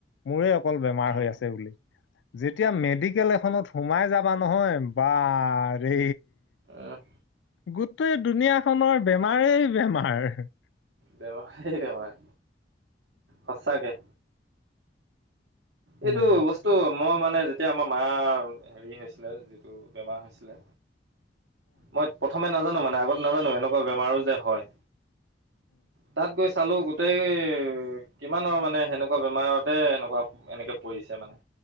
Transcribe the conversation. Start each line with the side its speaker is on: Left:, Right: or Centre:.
Left: মোৰ অকল বেমাৰ
Right: উম
Left: হৈ আছে বোলো, যেতিয়া মেডিকেল এখনত সোমাই যাম যাম নহয় বা ৰে
Right: আহ',
Left: গোটেই দুুনীয়াখনৰ বেমাৰেই বেমাৰ হা',
Right: বেমাৰেই বেমাৰ, সঁচাকে।
Left: উম
Right: এইটো বস্তু মই মানে যেতিয়া আমাৰ মাৰ হেৰি হৈছিলে, যিটো বেমাৰ হৈছিলে, মই প্ৰথমে নাজানো মানে আগত নাজানো এনেকুৱা বেমাৰো যে হয় তাত গৈ চালোঁ, গোটেই কিমানৰ মানে সেনেকুৱা বেমাৰতে এনেকুৱা, এনেকে পৰিছে মানে।